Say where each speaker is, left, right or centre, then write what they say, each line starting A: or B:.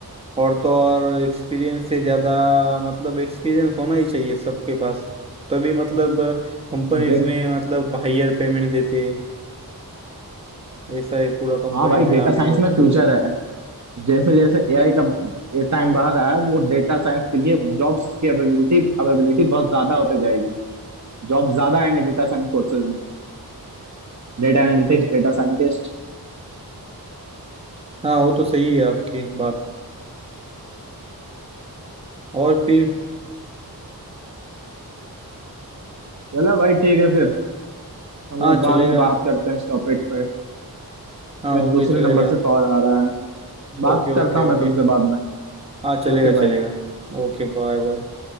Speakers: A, on the right; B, on the right.
A: और तो और एक्सपीरियंस से ज़्यादा मतलब एक्सपीरियंस होना ही चाहिए सबके पास तभी मतलब कंपनीज
B: डेट
A: में मतलब हायर पेमेंट देते हैं ऐसा है पूरा कंपनीज
B: हाँ भाई
A: में
B: डेटा
A: अभी
B: साइंस
A: तो
B: में फ्यूचर
A: फिलहाल
B: है जैसे जैसे एआई का टाइम बढ़ रहा है वो डेटा साइंस के लिए जॉब्स की अवेलेबिलिटी अवेलेबिलिटी बहुत ज्यादा होते जाएगी जॉब ज्यादा आएंगे डेटा साइंस कोर्सेज में डेटा एनालिटिक्स डेटा साइंटिस्ट
A: हाँ वो तो सही है आपकी बात और फिर
B: चलो भाई ठीक है फिर हम
A: हाँ
B: लोग
A: चलेगा
B: बाद में बात करते हैं इस टॉपिक पे
A: हाँ
B: मैं
A: ओके
B: दूसरे
A: चलेगा
B: नंबर से कॉल आ रहा है बात
A: Okay
B: करता
A: okay
B: हूँ मैं
A: okay
B: तुमसे बाद में
A: हाँ चलेगा
B: ओके
A: चलेगा
B: भाई
A: Okay bye bye